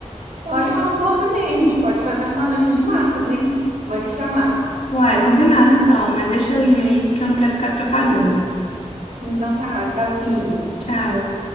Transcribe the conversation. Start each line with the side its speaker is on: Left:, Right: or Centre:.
Right: Olha, é uma boa também, a gente pode fazer uma noite de massas, hein? Vou te chamar.
Left: Uai, combinado então, mas deixa eu ir aí porque eu não quero ficar atrapalhando.
Right: Então tá, tchauzinho.
Left: Tchau.